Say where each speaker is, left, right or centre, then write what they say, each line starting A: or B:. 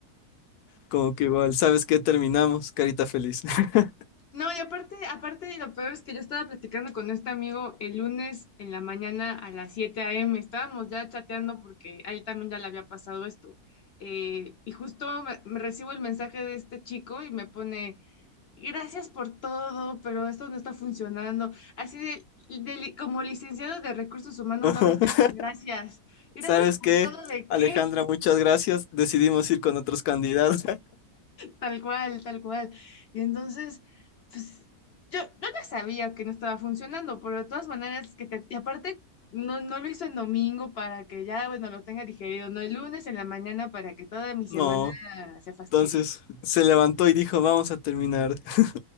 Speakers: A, on the left (about 80°); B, on the left (about 55°).
A: Como que igual, ¿sabes qué? Terminamos, carita feliz. <laughs>
B: No, y aparte, aparte, lo peor es que yo estaba platicando con este amigo el lunes en la mañana a las 7 a.m. Estábamos ya chateando porque a él también ya le había pasado esto. Eh, y justo me, me recibo el mensaje de este chico y me pone, gracias por todo, pero esto no está funcionando. Así de, de li- como licenciado de recursos humanos
A: Ajá.
B: dándome las gracias. Gracias
A: ¿Sabes
B: por
A: qué?
B: todo, ¿de
A: Alejandra,
B: qué?
A: muchas gracias. Decidimos ir con otros candidatos. <laughs>
B: Tal cual, tal cual. Y entonces, pues yo, yo ya sabía que no estaba funcionando, pero de todas maneras, que te, y aparte, no, no lo hizo en domingo para que ya, bueno, lo tenga digerido, no el lunes en la mañana para que toda mi semana
A: No.
B: se fastidie.
A: Entonces se levantó y dijo, vamos a terminar. <laughs>